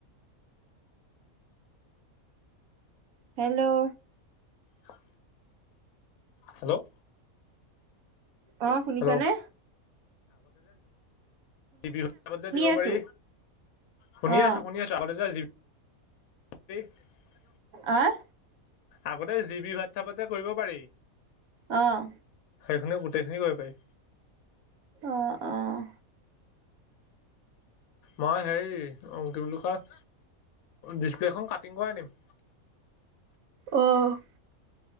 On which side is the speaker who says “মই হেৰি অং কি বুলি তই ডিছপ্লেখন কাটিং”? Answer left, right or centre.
Left